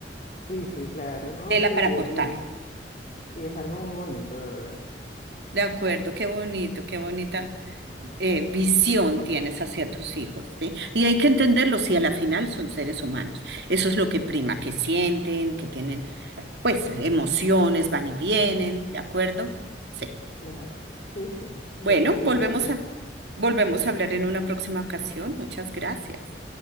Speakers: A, on the left (about 40°); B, on the right (about 70°).
A: Sí, sí, claro, ¿no?
B: tela
A: Sí,
B: para
A: e-
B: cortar.
A: y, y es algo muy bonito, de verdad que sí.
B: De acuerdo, qué bonito, qué bonita eh, visión tienes hacia tus hijos, ¿sí? Y hay que entenderlos, si a la final son seres humanos. Eso es lo que
A: Claro,
B: prima, que sienten, que tienen, pues, emociones, van y vienen, ¿de acuerdo? Sí.
A: claro. Sí, sí, definitivamente.
B: Bueno, volvemos a, volvemos a hablar en una próxima ocasión. Muchas gracias.